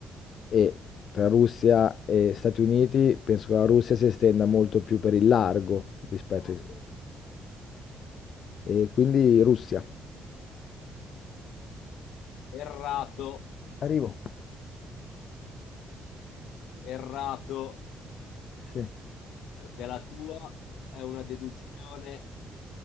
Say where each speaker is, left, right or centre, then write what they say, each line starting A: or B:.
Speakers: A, on the left; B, on the left.
A: e tra Russia e Stati Uniti penso che la Russia si estenda molto più per il largo rispetto ai... E quindi Russia.
B: Errato.
A: Arrivo.
B: Errato,
A: Sì.
B: perché la tua è una deduzione